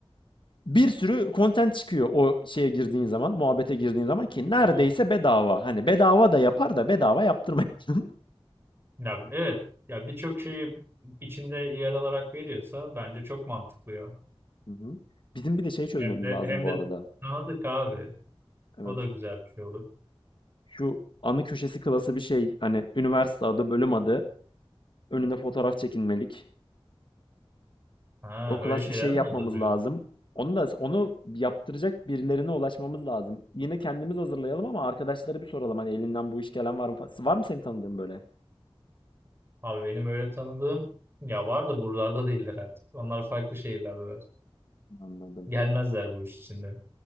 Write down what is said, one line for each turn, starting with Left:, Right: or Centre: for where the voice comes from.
Left: Bir sürü content çıkıyor o şeye girdiğin zaman, muhabbete girdiğin zaman ki neredeyse
Right: Tamam.
Left: bedava. Hani bedava da yapar da bedava yaptırmayın. <laughs>
Right: Ya evet ya birçok şeyi içinde yer alarak veriyorsa bence çok mantıklı ya.
Left: Hı hı. Bizim bir de şey çözmemiz
Right: Hem de
Left: lazım
Right: hem
Left: bu
Right: de
Left: arada.
Right: tanıdık abi.
Left: Evet.
Right: O da güzel bir şey olur.
Left: Şu anı köşesi klası bir şey. Hani üniversite adı, bölüm adı. Önünde fotoğraf çekinmelik.
Right: Ha
Left: O klas
Right: öyle şeyler
Left: bir şey yapmamız
Right: mi hazırlıyor?
Left: lazım. Onu da onu yaptıracak birilerine ulaşmamız lazım. Yine kendimiz hazırlayalım ama arkadaşlara bir soralım. Hani elinden bu iş gelen var mı? fa- Var mı senin tanıdığın böyle?
Right: Abi benim öyle tanıdığım ya var da buralarda değiller artık. Onlar farklı şehirlerdeler.
Left: Anladım.
Right: Gelmezler bu iş içinde.